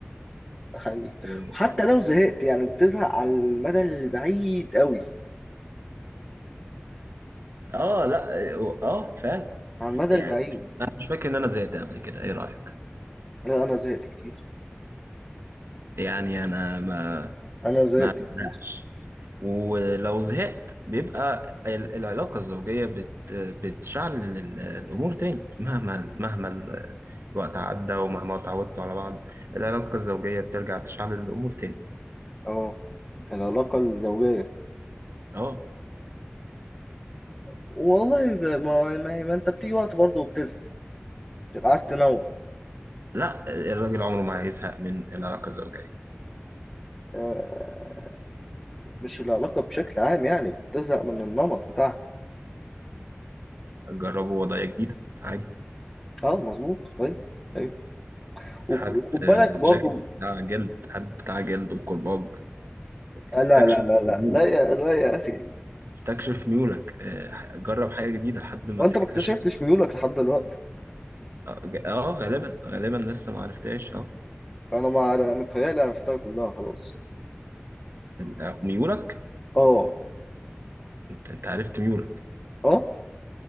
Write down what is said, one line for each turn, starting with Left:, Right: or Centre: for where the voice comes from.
Left: ده حقيقي
Right: و-
Left: وحتى لو زهقت يعني بتزهق على المدى البعيد قوي
Right: اه لا اه آه، فعلا
Left: على المدى
Right: يعني
Left: البعيد
Right: انا مش فاكر ان انا زهقت قبل كده ايه رايك
Left: لا انا زهقت كتير
Right: يعني انا ما
Left: انا زهقت
Right: ما
Left: كتير
Right: بزهقش ولو زهقت بيبقى ال- العلاقه الزوجيه بت بتشعل ال- الامور تاني مهما مهما ال- الوقت عدى ومهما اتعودتوا على بعض العلاقه الزوجيه بترجع تشعل الامور تاني
Left: اه العلاقة الزوجية
Right: اه
Left: والله ب- ما ما, ما انت بتيجي وقت برضه وبتزهق بتبقى عايز تنوع
Right: لا الراجل عمره ما هيزهق من العلاقة الزوجية
Left: آه، مش العلاقة بشكل عام يعني بتزهق من النمط بتاعها
Right: جربوا وضعية جديدة عادي
Left: اه مظبوط ايوه ايوه وخ-
Right: هات
Left: وخد
Right: آه،
Left: بالك برضه
Right: جاكيت بتاع جلد هات بتاع جلد وكرباج
Left: آه،
Right: استكشف
Left: لا لا لا
Right: ميولك
Left: لا لا يا لا يا اخي
Right: استكشف ميولك آه، جرب حاجة جديدة لحد ما
Left: وانت
Right: تكتشف
Left: ما اكتشفتش ميولك لحد دلوقتي
Right: اه ج- آه، غالبا غالبا لسه ما عرفتهاش اه
Left: انا ما متهيألي عرفتها كلها خلاص
Right: آه، ميولك
Left: اه
Right: انت انت عرفت ميولك
Left: اه